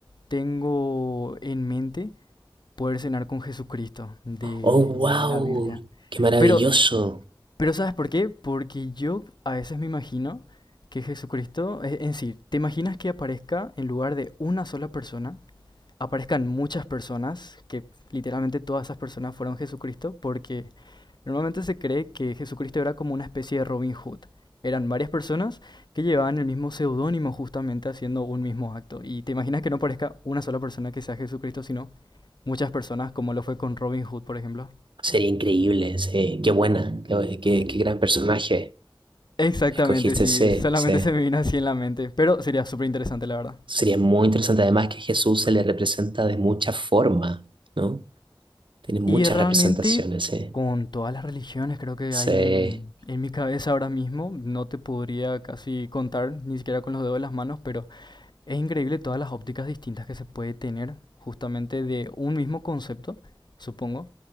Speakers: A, on the left (about 60°); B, on the right (about 70°).
A: tengo en mente poder cenar con Jesucristo de
B: Oh, wow,
A: la Biblia.
B: qué maravilloso.
A: Pero, pero ¿sabes por qué? Porque yo a veces me imagino que Jesucristo, e- en sí, ¿te imaginas que aparezca en lugar de una sola persona? aparezcan muchas personas, que literalmente todas esas personas fueron Jesucristo, porque normalmente se cree que Jesucristo era como una especie de Robin Hood. Eran varias personas que llevaban el mismo seudónimo justamente haciendo un mismo acto. Y te imaginas que no parezca una sola persona que sea Jesucristo, sino muchas personas, como lo fue con Robin Hood, por ejemplo.
B: Sería increíble, sí. Qué buena, qué, qué- qué gran personaje
A: Exactamente,
B: escogiste,
A: sí,
B: sí,
A: solamente
B: sí.
A: se me vino así en la mente, pero sería súper interesante, la verdad.
B: Sería muy interesante además que Jesús se le representa de muchas formas, ¿no? Tiene muchas
A: Y realmente
B: representaciones, ¿eh?
A: con todas las religiones creo que
B: Sí,
A: hay en, en mi cabeza ahora mismo, no te podría casi contar, ni siquiera con los dedos de las manos, pero es increíble todas las ópticas distintas que se puede tener justamente de un mismo concepto, supongo,